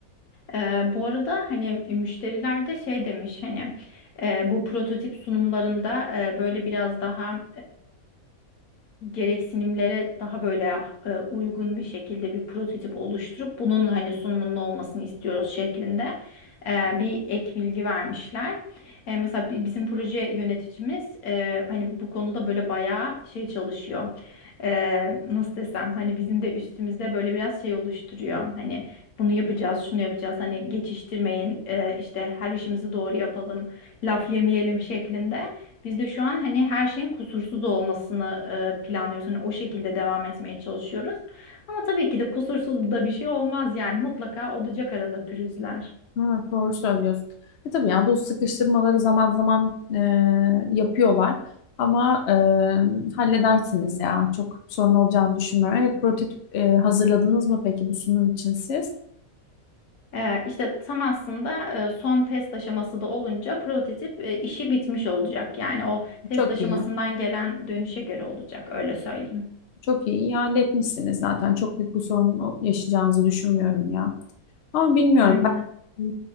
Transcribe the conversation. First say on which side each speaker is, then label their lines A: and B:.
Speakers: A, on the left; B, on the left.
A: Ee, bu arada hani müşteriler de şey demiş hani e, bu prototip sunumlarında e, böyle biraz daha gereksinimlere daha böyle e, uygun bir şekilde bir prototip oluşturup bunun hani sunumunun olmasını istiyoruz şeklinde e, bir ek bilgi vermişler. E, mesela bi- bizim proje yöneticimiz e, hani bu konuda böyle bayağı şey çalışıyor. E, nasıl desem hani bizim de üstümüzde böyle biraz şey oluşturuyor. Hani bunu yapacağız, şunu yapacağız. Hani geçiştirmeyin, e, işte her işimizi doğru yapalım, laf yemeyelim şeklinde. Biz de şu an hani her şeyin kusursuz olmasını e, planlıyoruz. Hani o şekilde devam etmeye çalışıyoruz. Ama tabii ki de kusursuz da bir şey olmaz yani mutlaka olacak arada pürüzler.
B: Evet doğru söylüyorsun. E tabii yani bu sıkıştırmaları zaman zaman e, yapıyorlar. Ama e, halledersiniz ya. Çok sorun olacağını düşünmüyorum. Evet prototip e, hazırladınız mı peki bu sunum için siz?
A: E, işte tam aslında e, son test aşaması da olunca prototip e, işi bitmiş olacak. Yani o test
B: Çok
A: aşamasından
B: iyi.
A: gelen dönüşe göre olacak öyle söyleyeyim.
B: Çok iyi, iyi halletmişsiniz zaten. Çok büyük bir sorun o- yaşayacağınızı düşünmüyorum ya. Ama bilmiyorum.
A: Aynen.
B: Hmm,